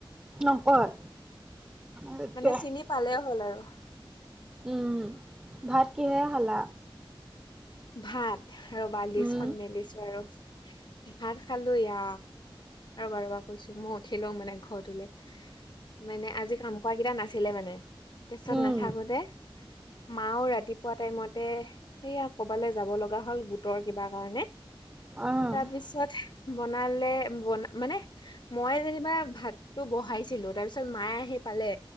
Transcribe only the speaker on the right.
নকয়। সেইটোৱে
উম ভাত কিহেৰে খালা।
উম
উম
অহ